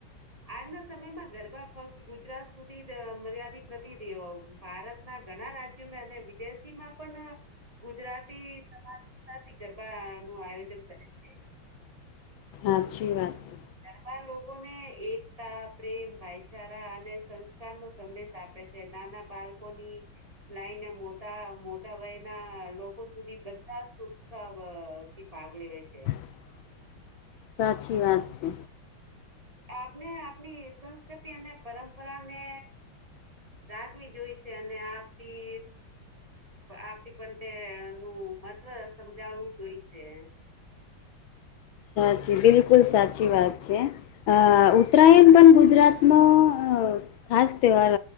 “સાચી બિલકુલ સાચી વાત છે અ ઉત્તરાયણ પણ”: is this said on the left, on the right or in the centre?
Left